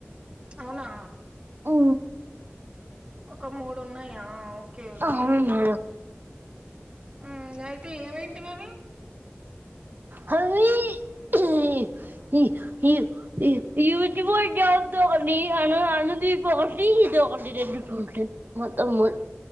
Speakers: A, on the right; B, on the right.
A: అవునా
B: ఉ
A: ఒక మూడు ఉన్నాయా ఓకే ఓకే
B: అవునా
A: ఆ నయితే ఏవిఏంటివి అవి
B: హల్వి ఇహి హి హిర్ ఇర్ ఈయూదు వొయ్ గౌతమ్ ని అను అనుదీప్ ఈ పోటీ జో డిడిడ్ జోకే మొత్తం మల్